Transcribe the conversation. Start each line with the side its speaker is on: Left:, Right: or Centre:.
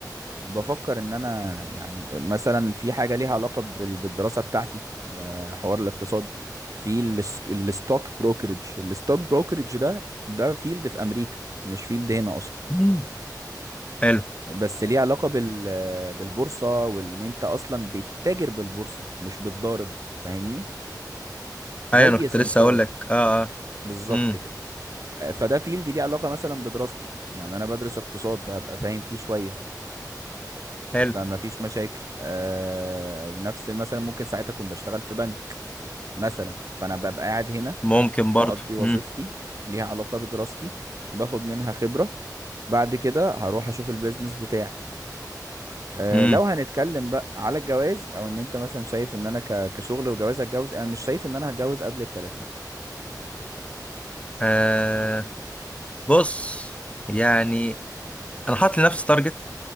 Right: بفكر ان انا يعني مثلا في حاجة ليها علاقة بال- بالدراسة بتاعتي آه، حوار الاقتصاد في الس- الستوك بروكرج الستوك بروكرج ده ده فيلد في امريكا مش فيلد هنا اصلا
Left: مم. حلو
Right: بس ليه علاقة بال بالبورصة وان انت اصلا بتتاجر بالبورصة مش بتضارب فاهمني زي
Left: أيوة أنا كنت
Right: سمسار
Left: لسه أقول لك أه أه
Right: بالظبط
Left: امم
Right: كده فده فيلد ليه علاقة مثلا بدراستي يعني انا بدرس اقتصاد فهبقى فاهم فيه شوية
Left: حلو
Right: فما فيش مشاكل آه ونفس مثلا ممكن ساعتها اكون بشتغل في بنك مثلا فانا ببقى قاعد هنا
Left: ممكن برضه
Right: بقضي وظيفتي
Left: امم
Right: ليها علاقة بدراستي باخد منها خبرة بعد كده هروح اشوف البيزنس بتاعي آه،
Left: امم
Right: لو هنتكلم بقى على الجواز او ان انت مثلا شايف ان انا ك- كشغل وجواز هتجوز انا مش شايف ان انا هتجوز قبل ال 30
Left: آه بص يعني أنا حاطط لنفسي تارجت